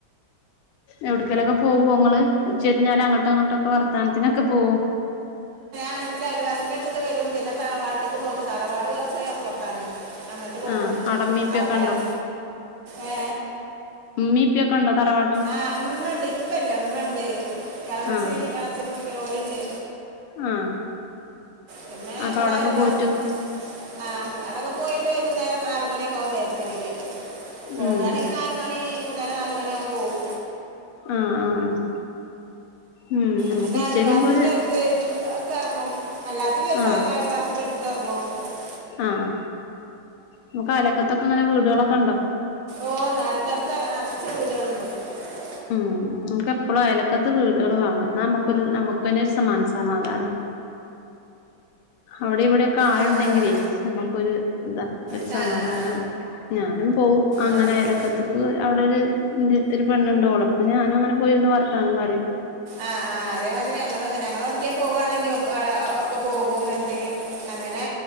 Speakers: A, on the left; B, on the right.
A: എവിടക്കലൊക്കെ പോവോ നിങ്ങള് ഉച്ചരിഞ്ഞാലും അങ്ങോട്ടോ ഇങ്ങോട്ടോ വർത്താനത്തിനൊക്കെ പോവോ
B: എന്റെ അലവാസിന്റെ അടുത്തേക്കു വരും തറവാട്ടേക്ക് പോകും തറവാട് കൊറച്ച അപ്പുറത്താണ് അങ്ങോട്ട് പോകും
A: ആഹ് അവിടെ മീപ്പിയൊക്കെ
B: അവിടെ
A: ഉണ്ടോ
B: ഇള ഏ
A: മീപ്പിയൊക്കെ ഉണ്ടോ തറവാ
B: ആഹ് ഇമ്മ ഉണ്ട് ഉപ്പല്ല ഉമ്മ ഉണ്ട് എളച്ചി
A: ആഹ്
B: എളച്ചന്റെ കുട്ടിയള് ഇണ്ട്
A: ആഹ്
B: പിന്നെ
A: അപ്പൊ
B: ഇവിടെ
A: അവിടൊക്കെ
B: അയൽവാസ്
A: പോയിട്ട്
B: ആഹ് അവിടൊക്കെ പോയിട്ട് വൈകുന്നേര് ആറ് മണിയൊക്കെ ആവും വെരണെങ്കില് പോകാണെങ്കി
A: ഉം
B: നാല് മണി മൂന്നര നാല്മണിയാവും പോവും.
A: ആഹ് ആഹ് ആഹ് ഉം നമുക്ക്
B: പിന്നെ
A: ഉച്ചരിയുമ്പോര്
B: അയൽവാസിന്റെ അടുത്ത് എഹ് ഒക്കെ എറങ്ങും അല്ലാത്ത ദിവസ
A: ആഹ്
B: അയ അയൽവാസിടെടുത്ത് <unintelligible>
A: ആഹ് നമുക്ക് അയലത്തോക്ക് ക്കെങ്ങനെ വീടുകളൊക്കെ ഉണ്ടോ?
B: ഓഹ് അടുത്തടുത്ത് നറച്ച് വീടുകള്ണ്ട്. ‌
A: ഉം നമ്മക്ക് എപ്പഴും അയലക്കത്ത് വീടുകള്, വേണം എന്നാ നമ്മക്കൊരു നമുക്കെന്നെ ഒരു മനസ്സമാധാനാ. അവിടെ ഇവിടെക്കെ ആള്ണ്ടെങ്കിലേ
B: ആ ആ ആ
A: നമ്മക്കൊരു ഇതാ ഒരു
B: ആ
A: സമാധാനാണ്
B: ആ
A: ഞാനും പോവും അങ്ങനെ
B: ആ ആ
A: അയലക്കത്തക്ക് അവിടെ ഒരു ഇന്റെ അടുത്ത് ഒരു പെണ്ണുണ്ട് ഓളൊപ്പം ഞാനും അങ്ങനെ പോയിരുന്ന് വർത്താനം പറയും.
B: ആഹ് ആഹ് അതേമാതിരി ഞങ്ങളു അങ്ങനെ ഞങ്ങള് എവിടക്കേ പോകുവാണെങ്കിൽ ഒപ് ആഹ് ഒപ്പ പോകും എന്തെങ്ങി അങ്ങനെ